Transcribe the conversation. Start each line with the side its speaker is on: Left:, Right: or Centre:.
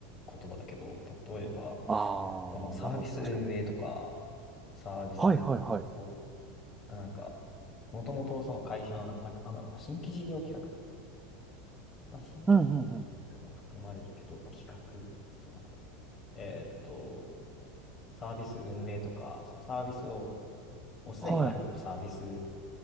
Left: 言葉だけど、例えば、
Right: ああー、
Left: そのサービス運営とか、
Right: なるほど、確かに。
Left: サービスを、
Right: はいはいはい。
Left: あなんか、もともとその会社の、なんか、なんだろうな、新規事業企画、まあ、新規事業企画も含まれるけど、
Right: うんうんうん。
Left: まあ、企画、そうだな。えーっと、サービス運営とか、そのサービスを、もうすでにあるサービス
Right: はい。